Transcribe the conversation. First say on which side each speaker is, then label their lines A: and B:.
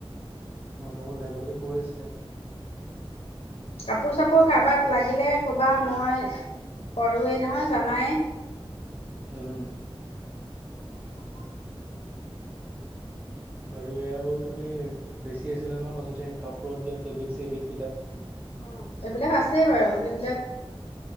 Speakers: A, on the right; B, on the left.
A: সিহঁতকো লাগে বুলি কৈ আছে
B: কাপোৰ চাপোৰ কাৰোবাক লাগিলে কবা, মই কৰুৱেই নহয় জানাই
A: উম,
B: <unintelligible>
A: আৰু এয়াও তুমি বেছি আছিলে, নো মাজতে কাপোৰত দিয়া ফেব্ৰিক চেব্ৰিক বিলাক
B: অ, এইবিলাক আছে বাৰু, সেইবিলাক